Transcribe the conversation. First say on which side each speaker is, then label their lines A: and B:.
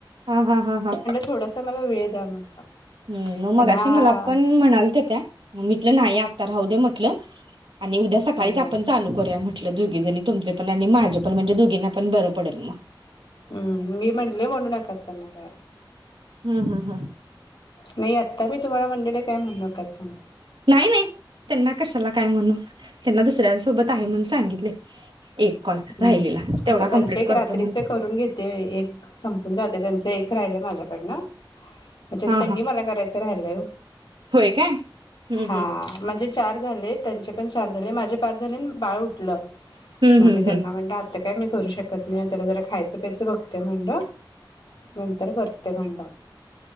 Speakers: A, on the right; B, on the left.
A: हा हा हा हा
B: थोडस मला वेळ द्या म्हणलं
A: हम्म
B: त्यांना
A: मगाशी मला पण म्हणालत्या त्या मग मी म्हटलं राहूदे मग कुठलं आणि उदया सकाळीच
B: अ
A: आपण चालू करूया म्ह म्हटलं दोघीजनी तुमचे पण आणि माझे पण म्हणजे दोघींना पण बर पडेल म
B: हूं मी म्हटलय म्हणू नकात त्यांना काय
A: हा हा हा
B: नाही आता मी तुम्हाला म्हणलेलं काय म्हणु नकात तुम्ही
A: नाही नाय त्यांना कशाला काय म्हणू ह्यांना दुसऱ्यांसोबत आहे म्हण सांगितले एक कॉल
B: हम्म
A: राहिलेला
B: आता
A: तेवढा
B: त्यांच
A: कंप्लीट
B: एक
A: करतो
B: रात्रीच
A: म्हण
B: करून घेते एक संप मंग जाते त्यांच एक राहिलय माझ्याकडनं म्हणजे
A: हा
B: त्यांनी
A: हा
B: मला करायचं राहिलाय हो
A: होय काय हम्म
B: हा चार झाले त्यांचे पण चार झाले माझे पाच झाले अन बाळ उठलं
A: <inaudible>
B: मग मी त्यांना
A: हम्म
B: म्हटलं आत्ता काय मी करू शकत नाय यांच्याकडं जरा खायचं च बघतय म्हणलं नंतर करते <unintelligible>